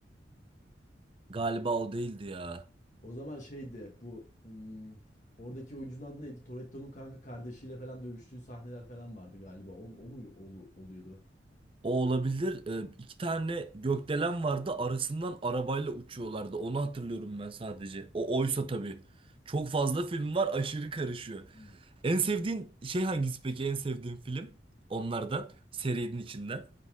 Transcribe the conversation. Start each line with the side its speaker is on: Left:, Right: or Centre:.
Right: Galiba o değildi ya.
Left: O zaman şeydi bu hmm, oradaki oyuncunun adı neydi? Toretto'nun kanka kardeşiyle falan dövüştüğü sahneler falan vardı galiba. On, o mu olu- oluyordu?
Right: O olabilir. Ee, iki tane gökdelen vardı. Arasından arabayla uçuyorlardı. Onu hatırlıyorum ben sadece. O oysa tabii. Çok fazla film var, aşırı karışıyor.
Left: Hmm,
Right: En sevdiğin şey hangisi peki? En sevdiğin film? Onlardan. Serinin içinden.